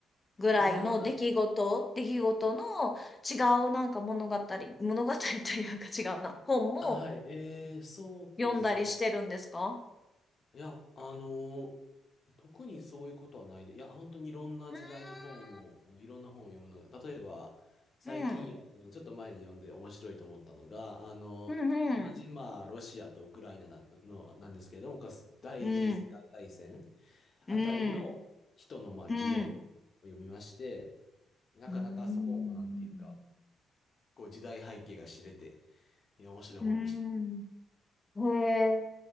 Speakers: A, on the left (about 25°); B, on the left (about 45°).
A: ぐらいの出来事、
B: あー
A: 出来事の違うなんか物語、物語というか違うな、本も
B: あ、はい。えー、そうですね。
A: 読んだりしてるんですか
B: いや、あのーいや特にそういうことはないで。いや、本当にいろんな時代の本も、
A: う
B: あの、いろんな本を読むのが、例えば、最近よ、
A: ーん
B: あのちょっと前に読んで面白いと思ったのが、あの、
A: うん。
B: 同じ、まあ、ロシアとウクライナなんの、なんですけれども、かつ第一次世界大戦
A: うんうん。うん。うん。
B: あたりの人の、まあ、
A: うん。
B: 自伝を読みまして、なかなかそこもなんていうか、
A: うん。
B: こう時代背景が知れて、いや、面白い本でした。
A: うん
B: こ
A: へえ。